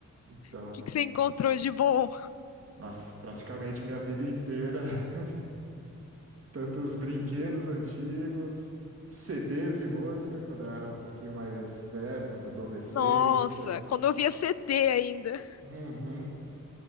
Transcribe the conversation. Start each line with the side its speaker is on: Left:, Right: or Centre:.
Right: Então,
Left: O que que você encontrou de bom?
Right: nossa, praticamente minha vida inteira, <laughs> tanto os brinquedos antigos, CDs de música quando eu era um pouquinho mais velho, na adolescência.
Left: Nossa, quando eu via CD ainda.
Right: Uhum.